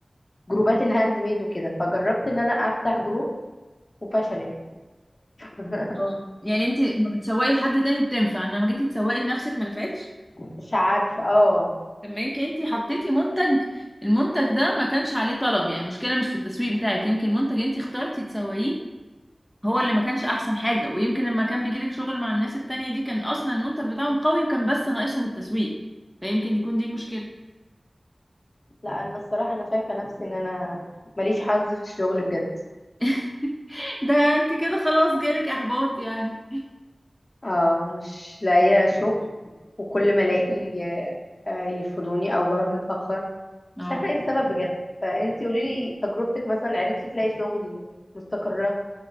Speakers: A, on the left; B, in the centre.
A: جروبات الهاند ميد وكده فجربت ان انا افتح جروب وفشلت <laughs>
B: اه يعني انت ما بتسوقي لحد تاني بتنفع انما جيتي تسوقي لنفسك ما نفعتش
A: مش عارفه اه
B: طب ما يمكن انت حطيتي منتج المنتج ده ما كانش عليه طلب يعني المشكله مش في التسويق بتاعك يمكن المنتج انت اخترتي تسوقيه هو اللي ما كانش احسن حاجه ويمكن لما كان بيجيلك شغل مع الناس التانية دي كان اصلا المنتج بتاعهم قوي وكان بس ناقصهم التسويق فيمكن يكون دي المشكله
A: لا انا الصراحه انا شايفه نفسي ان انا ماليش حظ في الشغل بجد
B: <laughs> ده انت كده خلاص جالك احباط يعني
A: اه مش لاقيه شغل وكل ما الاقي آه، يفضوني او بروح متاخر
B: اه
A: مش عارفه ايه السبب بجد فانتي قولي لي تجربتك مثلا عرفتي تلاقي شغل مستقره